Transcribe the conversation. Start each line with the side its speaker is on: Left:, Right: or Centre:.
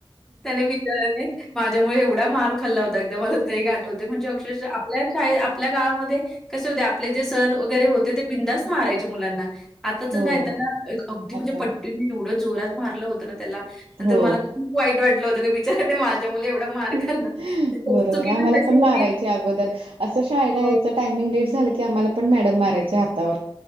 Centre: त्याने विचाराने, माझ्यामुळे एवढा मार खाल्ला होता एकदा मला ते आठवते म्हणजे अक्षरशा आपल्या शाळ आपल्या गावामध्ये कसे होते आपले जे सर वगैरे होते ते बिंदस मारायचे मुलांना आताच
Right: हो
Centre: नाही त्याला एक अगदी
Right: आता
Centre: म्हणजे पट्टीनी एवढं जोरात मारलं होतं ना त्याला नंतर
Right: हो
Centre: मला खुप वाट वाटलं होतं. बिचाऱ्याने माझ्यामुळे एवढा मार
Right: बरोबर
Centre: खाल्ला. तर त्याची चुकी
Right: आहे आम्हाला
Centre: कशी
Right: पण
Centre: होती
Right: मारायचे अगोदर असं शाळेला
Centre: हो.
Right: यायचं टायमिंग लेट झालं की आम्हाला पण मॅडम मारायचे हातावर